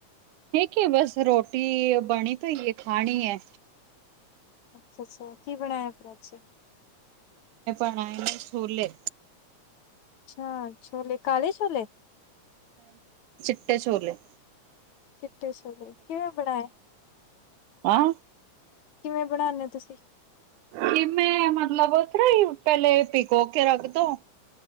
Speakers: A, on the right (about 85°); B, on the left (about 70°).
A: ਠੀਕ ਐ ਬਸ, ਰੋਟੀ ਬਣੀ ਪਈ ਐ, ਖਾਣੀ ਐ।
B: ਅੱਛਾ-ਅੱਛਾ, ਕੀ ਬਣਾਇਆ ਫਿਰ ਅਜ।
A: ਬਣਾਏ ਨੇਂ ਛੋਲੇ
B: ਅੱਛਾ, ਛੋਲੇ ਕਾਲੇ ਛੋਲੇ
A: <inaudible> ਚਿੱਟੇ ਛੋਲੇ।
B: ਚਿੱਟੇ ਛੋਲੇ, ਕਿਵੇਂ ਬਣਾਏ?
A: ਹੈਂ?
B: ਕਿਵੇਂ ਬਣਾਉਣੇ ਓ ਤੁਸੀਂ।
A: ਕਿਵੇਂ, ਮਤਲਬ <unintelligible> ਪੈਲੇ ਭਿਗੋ ਕੇ ਰੱਖਦੋ।